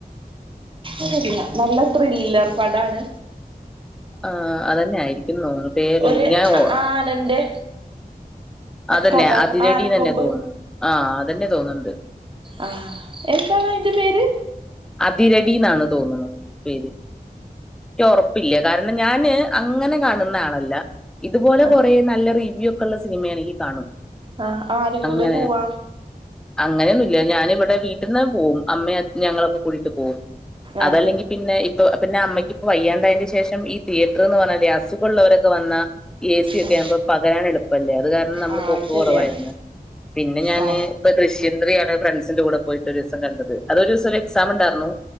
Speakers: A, on the right; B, in the centre.
A: അതല്ല നല്ല ത്രില്ലർ പടാണ്
B: ആഹ് അതന്നെ ആയിരിക്കും നോന്ന പേര്
A: ഒരു
B: ഞാൻ ഓ
A: ആനന്റെ
B: അതന്നെ
A: കഥ
B: അതിരടീന്നെന്നെ
A: ആനക്കൊമ്പ്
B: തോ ആ അതന്നെതോന്ന്ണ്ട്
A: ആഹ് എന്താണയിന്റെ പേര്
B: അതിരടിന്നാണ് തോന്ന്ണു പേര് ക്ക്ഒറപ്പില്ല കരണ്ണം ഞാന് അങ്ങനെ കാണുന്നആളല്ല ഇതുപോലെ
A: ആ
B: കൊറേ നല്ല റിവ്യൂഒക്കള്ള സിനിമേണങ്കികാണും
A: ആ ആരെ കൂടെ
B: അങ്ങനെ
A: പോവാം
B: അങ്ങനെയൊന്നുല്ല ഞാനിവിടെ വീട്ടിന്ന് പോവും അമ്മെ അ ഞങ്ങളക്കെകൂടിട്ട് പോവും അതല്ലെങ്കി
A: ആ
B: പിന്നെ ഇപ്പ പിന്നെ അമ്മയ്ക്കിപ്പ വയ്യാണ്ടായന്റെ ശേ ഷം ഈ തിയേറ്റർന്ന് പറഞ്ഞാല് അസുഖള്ളോരൊക്കെ വന്നാ ഏസി ഒക്കെ
A: ആ
B: ആഉമ്പോ പകരാന്എളുപ്പല്ലേ അത് കാരണം നമ്മള്
A: ആ
B: പൊ പൊക്ക്
A: അത് ശരിയാണ്
B: കുറവായിരുന്നു പിന്നെ ഞാന്
A: ആ
B: പ്പ ദൃശ്യം ത്രിയാണ് ഫ്രണ്ട്സിന്റെ കൂടെ പോയിട്ട് ഒരൂസംകണ്ടത്. അതൊരുസം ഒരു എക്സാം ഉണ്ടാർന്നു